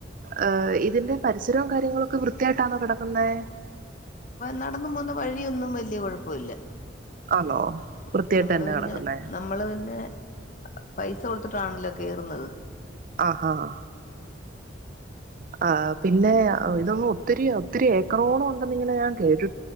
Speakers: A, on the right (about 50°); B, on the left (about 45°).
A: ഏ ഇതിന്റെ പരിസരവും കാര്യങ്ങളൊക്കെ വൃത്തിയായിട്ടാണോ കിടക്കുന്നേ?
B: നടന്നു പോവുന്ന വഴിയൊന്നും വലിയ കുഴപ്പല്ല.
A: ആണോ വൃത്തിയായിട്ട്
B: നമ്മള്
A: തന്നെ
B: പിന്നെ
A: കിടക്കുന്നേ
B: നമ്മള് പിന്നെ പൈസ കൊട <unintelligible> തിട്ടാണല്ലോ കേറുന്നത്
A: ആഹ ആഹ ആപിന്നെ,
B: അത്
A: ഇതൊ ഒത്തിരി ഒത്തിരി ഏക്കറോളം ഉണ്ടെന്നി ഇങ്ങനെ ഞാൻ കേട്ടു